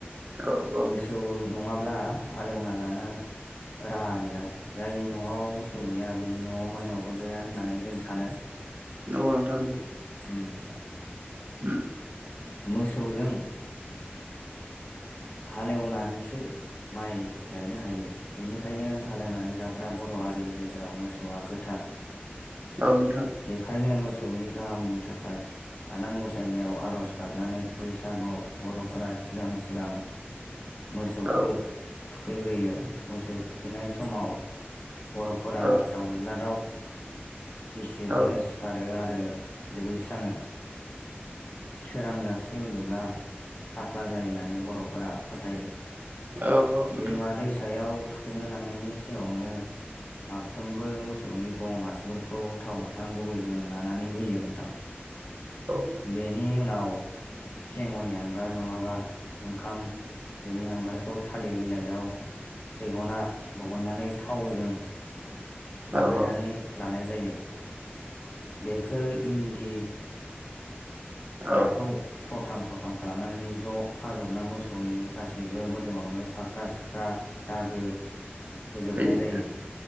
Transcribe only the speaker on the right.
औ औ
नंगौ नोंथां
<inaudible>
औ नोंथां
औ
औ
औ
औ औ नोंथां
औ
औ औ
औ
<inaudible>
फैयो